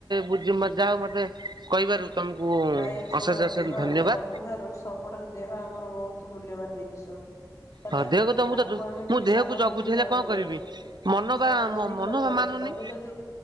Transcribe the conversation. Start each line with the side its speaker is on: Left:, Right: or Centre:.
Right: ବୁଜି ଯାଅ ମତେ କହିବାରୁ ତମକୁ।
Left: ଭାଇ ଶୁଣ
Right: ଅଶେଷ ଅଶେଷ
Left: ଦେହ
Right: ଧନ୍ୟବାଦ।
Left: ସବୁଠାରୁ ସବୁଠାରୁ ଦେହ ଆମର ବହୁତ ମୂଲ୍ୟବାନ ଜିନିଷ। ହେଲା
Right: ହଁ ଦେହକୁ ତ ମୁଁ
Left: ତାକୁ
Right: ତ
Left: ଆମେ
Right: ମୁଁ
Left: ଟିକେ
Right: ଦେହକୁ
Left: ସାବଧାନ
Right: ଜଗୁଛି
Left: ହିଁ
Right: ହେଲେ
Left: ଚଳିବାର
Right: କଣ କରିବି।
Left: ଅଛି
Right: ମନ
Left: ସାବଧାନ
Right: ବା
Left: ହେଇ
Right: ମନ
Left: ଚଳିବାର
Right: ବା ମାନୁନି
Left: ଅଛି ତମେ ଯଦି